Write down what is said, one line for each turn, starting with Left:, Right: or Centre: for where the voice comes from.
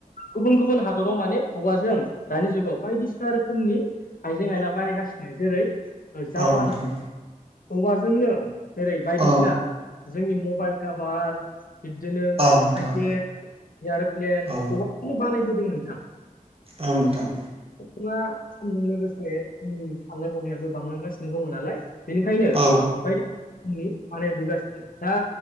Left: गुबुन गुबुन हादराव माने हौवाजों दानि जुगाव बायदिसिना रोखोमनि आइजें आयला बानायगासिनो जेरै जापानाव
Right: औ नोंथां
Left: हौवाजोंनो जेरै बायदिसिना
Right: औ
Left: जोंनि मबाइल कभार बिदिनो टाइपेट
Right: नोंथां
Left: आरो आरो प्लेन
Right: औ
Left: अबबनो बानायबोदों नोंथां
Right: औ नोंथां
Left: सुबुङा समजों लोगोसे जोंनि साननाय हनायाबो बांलांगासिनो दङ नालाय बेनिखायनो
Right: औ
Left: बायदि जोंनि बानायबोगासिनो। दा